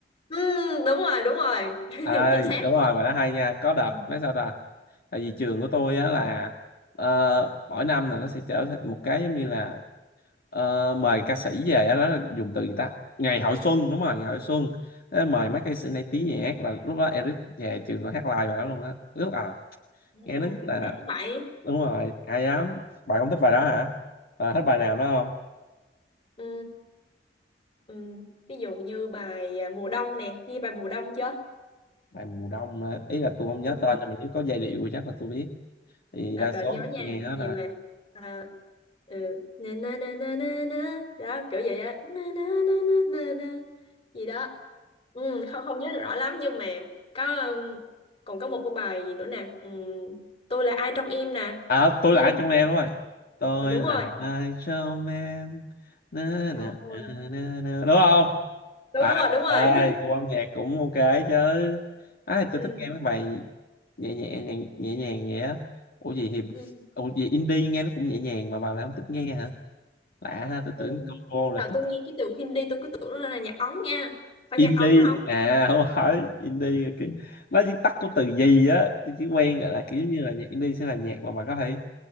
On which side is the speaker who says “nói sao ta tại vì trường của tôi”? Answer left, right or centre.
Left